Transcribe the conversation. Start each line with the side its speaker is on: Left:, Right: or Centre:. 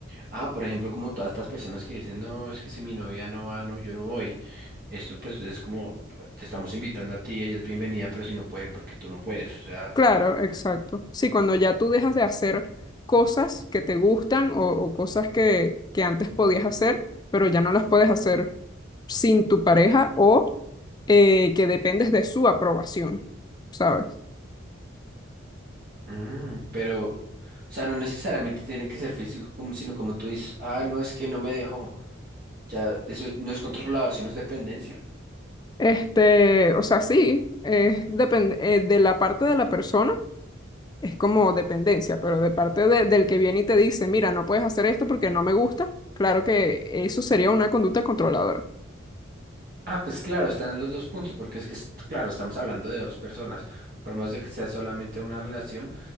Right: Ah, por ejemplo, como todas estas personas que dicen, no, es que si mi novia no va, no, yo no voy. Esto pues es como, te estamos invitando a ti, ella es bienvenida, pero si no puede, porque tú no puedes, o sea,
Left: Claro, exacto. Sí, cuando ya tú dejas de hacer cosas que te gustan o, o cosas que, que antes podías hacer, pero ya no las puedes hacer sin tu pareja o eh, que dependes de su aprobación, ¿sabes?
Right: mm, pero, o sea, no necesariamente tiene que ser físico, como, sino como tú dices, ah, no, es que no me dejó. Ya, eso no es controlador, sino es dependencia.
Left: Este, o sea, sí, eh, depende, eh, de la parte de la persona es como dependencia, pero de parte de- del que viene y te dice, mira, no puedes hacer esto porque no me gusta, claro que eso sería una conducta controladora.
Right: Ah, pues claro, están los dos puntos, porque es que, es- claro, estamos hablando de dos personas. Por más de que sea solamente una relación,